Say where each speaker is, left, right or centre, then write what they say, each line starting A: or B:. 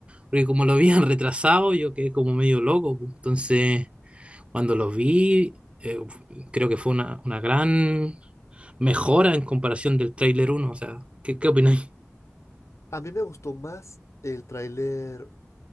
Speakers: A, on the right; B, on the left.
A: Porque como lo habían <laughs> retrasado, yo quedé como medio loco. pues. Entonces, cuando lo vi, eh, creo que fue una, una gran mejora en comparación del tráiler uno o sea, ¿qué, qué opináis?
B: A mí me gustó más el tráiler